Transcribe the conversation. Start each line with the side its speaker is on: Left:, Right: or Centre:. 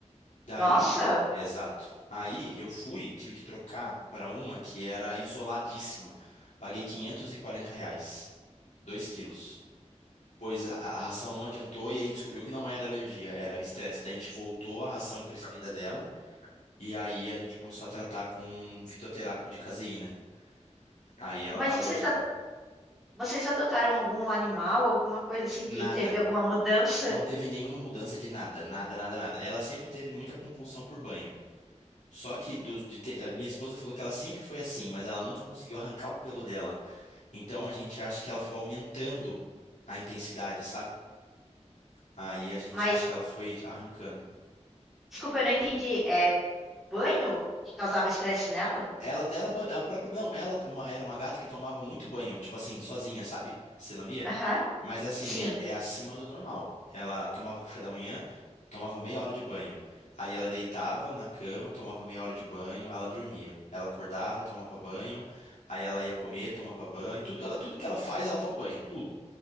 Left: Daí,
Centre: nossa,
Left: exato. Aí eu fui, tive que trocar para uma que era isoladíssima. Paguei 540 reais, 2 quilos. Pois a, a ração não adiantou e aí a gente descobriu que não era alergia, era estresse. Daí a gente voltou à ração preferida dela e aí a gente começou a tratar com um fitoterápico de caseína. Aí ela
Centre: mas
Left: parou
Centre: vocês,
Left: de
Centre: a- vocês adotaram algum animal, alguma coisa assim
Left: nada.
Centre: que teve alguma mudança?
Left: Não teve nenhuma mudança de nada, nada, nada, nada. Ela sempre teve muita compulsão por banho. Só que dos- de ter- ela- minha esposa falou que ela sempre foi assim, mas ela nunca conseguiu arrancar o pelo dela. Então a gente acha que ela foi aumentando a intensidade, sabe? Aí a gente
Centre: Mas,
Left: acha que ela foi arrancando.
Centre: desculpa, eu não entendi. É banho que causava estresse nela?
Left: Ela, ela, ba- é o próprio, não, ela é uma- era uma gata que tomava muito banho, tipo assim, sozinha, sabe? Se lambia.
Centre: Aham.
Left: Mas é assim,
Centre: Sim.
Left: é, é acima do normal. Ela tomava café da manhã, tomava meia hora de banho. Aí ela deitava na cama, tomava meia hora de banho, ela dormia. Ela acordava, tomava banho, aí ela ia comer, tomava banho. Tudo, ela, tudo que ela faz, ela toma banho, tudo.